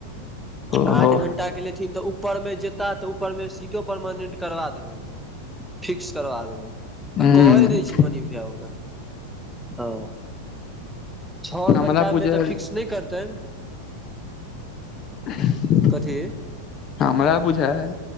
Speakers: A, on the left (about 35°); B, in the centre.
A: ओहो
B: आठ घण्टा के लेथिन तऽ ऊपर मे जेता तऽ ऊपर मे सीटो परमानेन्ट करबा देबै फिक्स करबा देबै
A: हूँ
B: आ कहि दै छै मनि भैया ओना हँ छओ
A: हमरा
B: घण्टा
A: बुझायल
B: मे तऽ फिक्स नहि करतैन
A: <inaudible>
B: कथी
A: हमरा बुझायल